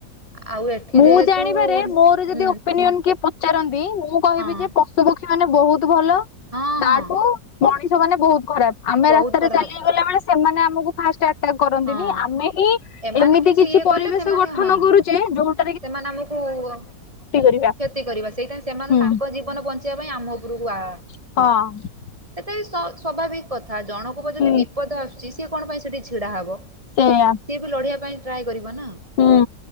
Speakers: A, on the right; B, on the left.
A: ଆଉ ଏଠି
B: ମୁଁ
A: ଯେହେତୁ
B: ଜାଣିବାରେ ମୋର ଯଦି
A: ହୁଁ
B: ଓପିନିଅ କିଏ ପଚାରନ୍ତି ମୁଁ କହିବି
A: ହଁ
B: ଯେ ପଶୁ ପକ୍ଷୀ ମାନେ ବୋହୁତ ଭଲ
A: ହଁ ହଁ
B: ତାଠୁ ମଣିଷ ମାନେ ବୋହୁତ ଖରାପ୍ ଆମେ
A: ବହୁତ
B: ରାସ୍ତାରେ
A: କରାହବ
B: ଚାଲିକିଗଲା ବେଳେ ସେମାନେ ଆମକୁ ଫାଷ୍ଟ ଆ କରନ୍ତିନି
A: ହଁ
B: ଆମେ ହିଁ
A: ଏମାନେ
B: ଏମିତି କିଛି
A: ଇଏ କଲେ
B: ପରିବେଶ
A: ସେମାନେ
B: ଗଠନ
A: ହଁ
B: କରୁଛେ ଯୋଉଠ
A: ସେମାନେ ଆମକୁ କ୍ଷତି
B: କରିବା।
A: କରିବା ସେଇଥିାଇଁ ସେମାନେ
B: ହୁଁ।
A: ତାଙ୍କ ଜୀବନ ବଞ୍ଚ ବଞ୍ଚି ପିବା ପାଇଁ ଆମ ଉପରକୁ ଆ
B: ହଁ।
A: ସେଟା ବି ସ୍ୱଭାବିକ କଥା ଜଣଙ୍କ ଉପରେ ଯଦି
B: ହୁଁ
A: ବିପଦ ଆସୁଛି ସିଏ କଣ ପାଇଁ ସେଠି ଛିଡା ହବ।
B: ସେଇଆ।
A: ସିଏ ବି ଲଢିବା ପାଇଁ ଟ୍ରାଏ କରିବ ନା।
B: ହୁଁ।